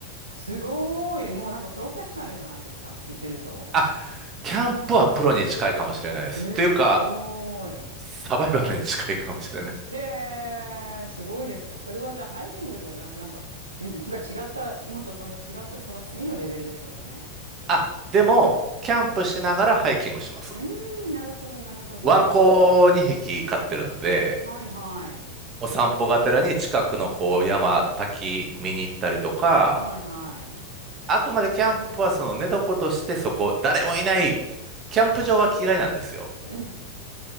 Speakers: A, on the right (about 75°); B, on the right (about 30°).
A: すごい。もうなんかプロフェッショナルじゃないですか。聞いてると。
B: あ、キャンプはプロに近いかもしれないです。
A: すっごい。
B: というか、サバイバルに近いかもしれない。
A: へ
B: <laughs>
A: え、すごいですね。それはじゃあハイキングとかじゃなくて、なんか、<laughs> うんなんか違った、もっとその違ったその次のレベルですよね。
B: あ、でも、キャンプしながらハイキングします。
A: うーん、なるほど、なるほど。
B: ワンコ2匹飼ってるんで、
A: そはいはい。
B: お散歩がてらに近くのこう山、滝見に行ったりとか、
A: はいはい。
B: あくまでキャンプはその寝床としてそこ、誰もいない、キャンプ場は嫌いなんですよ。
A: うん